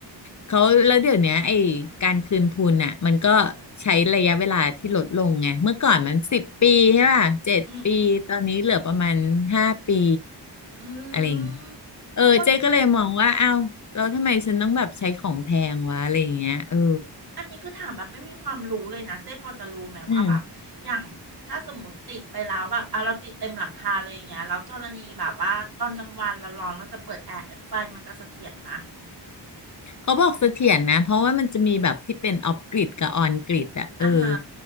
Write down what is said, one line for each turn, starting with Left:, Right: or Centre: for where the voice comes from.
Left: เขาแล้วเดี๋ยวเนี้ยไอ้การคืนทุนอ่ะมันก็ใช้ระยะเวลาที่ลดลงไงเมื่อก่อนมันสิบปีใช่ป่ะเจ็ดปีตอนนี้เหลือประมาณห้าปี
Right: อืมอื
Left: อะไรอย่างเงี้ย
Right: ม
Left: เออเจ๊ก็เลยมองว่าอ้าวแล้วทำไมฉันต้องแบบใช้ของแพงวะอะไรอย่างเงี้ยเออ
Right: วันอันนี้คือถามแบบไม่มีความรู้เลยนะเจ๊พอจะรู้ไหมว่าแบบอย่างถ้าสมมติติดไปแล้วแบบเอาเราติดเต็มหลังคาเลยอย่างเงี้ยแล้วกรณีแบบว่าตอนกลางวันเราร้อนเราจะเปิดแอร์เนี่ยไฟมันจะเสถียรไหม
Left: อืม เขาบอกเสถียรนะเพราะว่ามันจะมีแบบที่เป็นออฟกริดกับออนกริดอะเออ
Right: อ่าฮะ